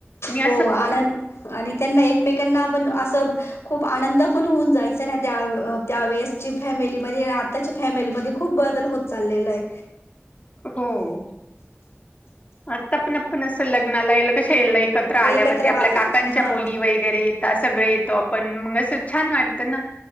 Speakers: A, on the left; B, on the left.
A: आणि असं
B: हो. आन आणि त्यांना एकमेकांना आपण असं खूप आनंद पण होऊन जायच ना. त्या अ त्या वेळेसची फॅमिलीमध्ये आणि आताच्या फॅमेलीमध्ये खूप बदल होत चाललेला आहे.
A: हो, आता पण आपण अस लग्नाला हेला कशा एल एकत्र आल्यावरती
B: एकत्र
A: आपल्या
B: आ
A: काकांच्या
B: हा
A: मुली वगैरे येतात. सगळे येतो आपण मग अस छान वाटतं ना.